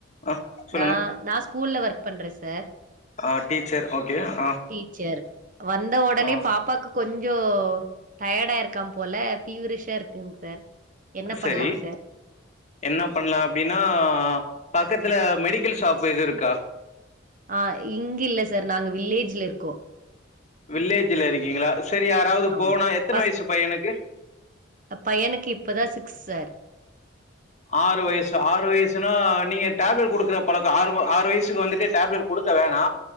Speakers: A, on the left; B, on the right.
A: ஆ சொல்லுங்க
B: நா நா ஸ்கூல்ல ஒர்க் பண்றே சார்
A: ஆ டீச்சர் ஓகே ஆ
B: டீச்சர் வந்த உடனே
A: ஆ
B: பாப்பாக் கொஞ்சோ டயர்டா இருக்கான் போல ஃபீவரிஷா இருக் குங்க சார் என்ன
A: சரி
B: பண்ணலாங் சார்
A: என்ன பண்ணலா அப்டின்னா பக்கத்துல மெடிக்கல் ஷாப் எதுவு இருக்கா
B: ஆ இங்க இல்ல சார் நாங்க வில்லேஜ்ல இருக்கோ
A: வில்லேஜ்ல இருக்கீங்ளா செரி யாராவது
B: ஆமா
A: போனா எத்தன
B: ஃபர்ஸ்ட்
A: வயசு பையனக்கு
B: பையனுக்கு இப்பதான் சிக்ஸ் சார்
A: ஆறு வயசு ஆறு வயசுனா நீங்க டேப்லெட் குடுக்குற பழக்கோ ஆறு ஆறு வயசுக்கு வந்துட்டு டேப்லெட் குடுக்க வேணா